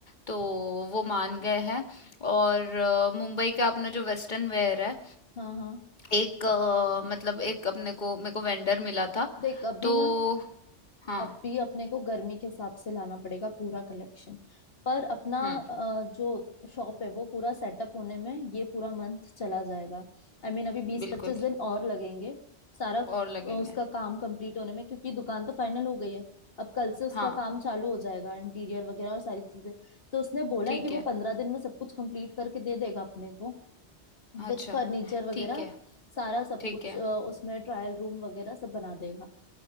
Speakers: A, on the left (about 40°); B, on the left (about 55°).
A: तो वो मान गए हैं और अ, मुंबई का अपना जो वेस्टर्न वेयर है
B: हाँ हाँ
A: एक अ, मतलब एक अपने को मेरे को वेंडर मिला था
B: देख अभी
A: तो
B: ना
A: हाँ
B: अब भी अपने को गर्मी के हिसाब से लाना पड़ेगा पूरा कलेक्शन पर अपना
A: हम्म
B: अ, जो शॉप है वो पूरा सेटअप होने में ये पूरा मंथ चला जाएगा आई मीन अभी बीस
A: बिल्कुल
B: पच्चीस दिन और लगेंगे सारा अ,
A: और लगेंगे
B: उसका काम कंप्लीट होने में क्योंकि दुकान तो फाइनल हो गई है अब कल से उसका
A: हाँ
B: काम चालू हो जाएगा इंटीरियर वगैरह और सारी चीजें तो उसने बोला
A: ठीक
B: है कि वो
A: है
B: पंद्रह दिन में सब कुछ कंप्लीट करके दे देगा अपने को विथ
A: अच्छा
B: फर्नीचर वगैरह
A: ठीक है
B: सारा सब
A: ठीक
B: कुछ
A: है
B: अ, उसमें ट्रायल रूम वगैरह सब बना देगा